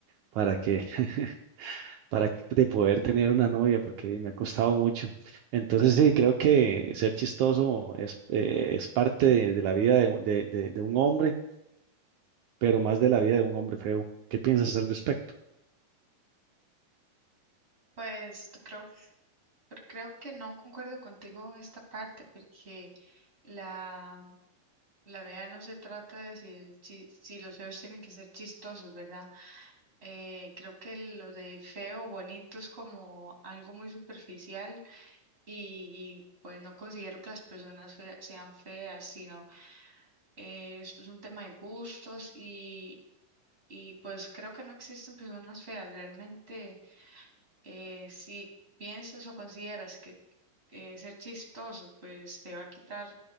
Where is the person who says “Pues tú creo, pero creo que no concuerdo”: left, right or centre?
Right